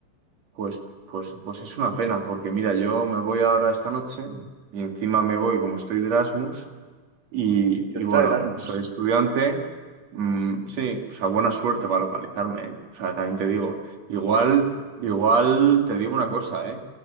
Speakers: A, on the right (about 65°); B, on the right (about 25°).
A: Pues, pues, pues es una pena, porque mira, yo me voy ahora esta noche y encima me voy como estoy de Erasmus. Y,
B: Ya
A: y
B: está,
A: bueno,
B: Erasmus.
A: soy estudiante.
B: <laughs>
A: Mm, sí, o sea, buena suerte para localizarme, ¿eh? O sea, también te digo, igual, igual te digo una cosa, ¿eh?